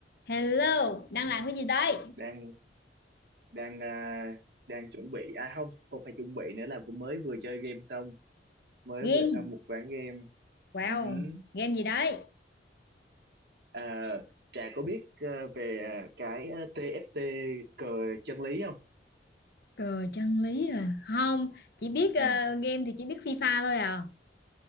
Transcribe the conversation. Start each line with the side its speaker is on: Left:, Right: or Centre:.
Left: Hello, đang làm cái gì đấy?
Right: đang đang à, đang chuẩn bị à không không phải chuẩn bị nữa là vừa- mới vừa chơi game xong mới
Left: Game.
Right: vừa xong một ván game
Left: Wow,
Right: Ừ hứ.
Left: game gì đấy?
Right: à, Trà có biết à, về à, cái à, TFT cờ chân lý không
Left: Cờ chân lý à? Không, chỉ biết ờ,
Right: ừ.
Left: game thì chỉ biết FIFA thôi à.